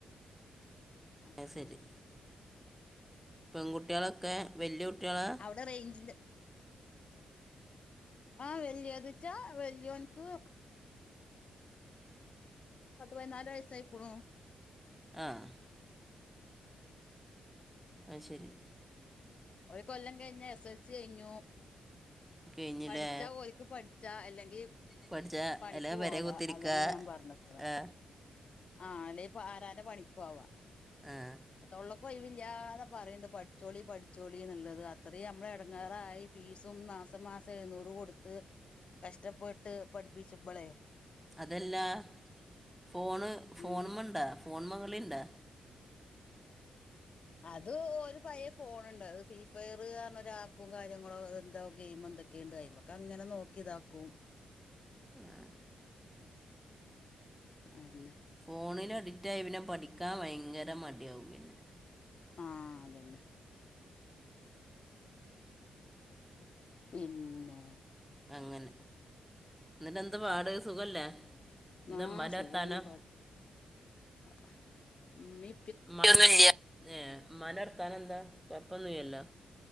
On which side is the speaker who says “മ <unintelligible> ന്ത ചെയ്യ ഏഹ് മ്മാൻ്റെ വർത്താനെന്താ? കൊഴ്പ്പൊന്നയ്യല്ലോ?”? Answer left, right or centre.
Centre